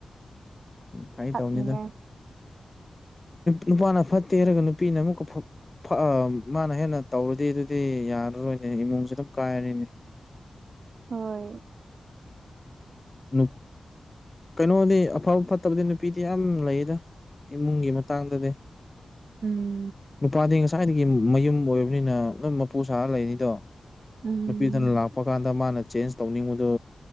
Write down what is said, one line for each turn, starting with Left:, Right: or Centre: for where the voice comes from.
Left: ꯐꯩ
Right: ꯐꯠꯅꯤꯡꯉꯥꯏ
Left: ꯇꯧꯅꯤꯗ ꯅꯨꯄꯥꯅ ꯐꯠꯇꯦ ꯍꯥꯏꯔꯒ ꯅꯨꯄꯤꯅ ꯑꯃꯨꯛꯀ ꯐ ꯐꯑ ꯃꯥꯅ ꯍꯦꯟꯅ ꯇꯧꯔꯗꯤ ꯑꯗꯨꯗꯤ ꯌꯥꯔꯔꯣꯏꯅꯦ ꯏꯃꯨꯡꯁꯨ ꯑꯗꯨꯝ ꯀꯥꯏꯔꯔꯦꯅꯦ
Right: ꯍꯣꯏ
Left: ꯅꯨ ꯀꯩꯅꯣꯅꯦ ꯑꯐꯕ ꯐꯠꯇꯕꯗꯤ ꯅꯨꯄꯤꯗꯤ ꯌꯥꯝ ꯂꯩꯌꯦꯗ ꯏꯃꯨꯡꯒꯤ ꯃꯇꯥꯡꯗꯗꯤ
Right: ꯎꯝ
Left: ꯅꯨꯄꯥꯗꯤ ꯉꯁꯥꯏꯗꯒꯤ ꯃꯌꯨꯝ ꯑꯣꯏꯕꯅꯤꯅ ꯑꯗꯨꯝ ꯃꯄꯨ ꯁꯥꯔ ꯂꯩꯅꯤꯗꯣ
Right: ꯎꯝ
Left: ꯅꯨꯄꯤꯗꯨꯅ ꯂꯥꯛꯄ ꯄ ꯀꯥꯟꯗ ꯃꯥꯅ ꯆꯦꯟꯖ ꯇꯧꯅꯤꯡꯕꯗꯨ